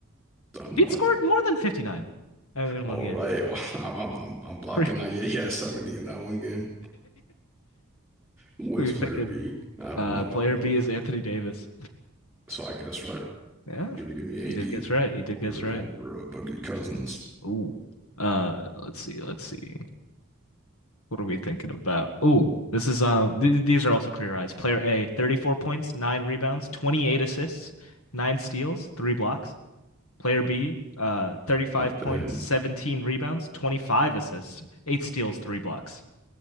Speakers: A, in the centre; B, on the left.
A: I have
B: He'd
A: no
B: scored
A: idea.
B: more than 59 in in
A: All
B: one game.
A: right, <laughs> I'm, I'm, I'm I'm blocking
B: <laughs>
A: out. Yeah, yeah, 70 in that one game. Who
B: What
A: is
B: are you
A: player
B: thinking.
A: B? I have
B: Uh,
A: no, I
B: player
A: have no
B: B
A: clue.
B: is Anthony Davis.
A: So I guess right,
B: Yeah,
A: give me, give me AD
B: you did guess right. You did
A: over,
B: guess right.
A: over uh, Boogie Cousins
B: Ooh. Uh, let's see. Let's see. What are we thinking about? Ooh, this is um. Th these are also clear eyes. Player A, 34 points, nine rebounds, 28 assists, nine steals, three blocks. Player B, uh, 35
A: at the
B: points,
A: end.
B: 17 rebounds, 25 assists, eight steals, three blocks.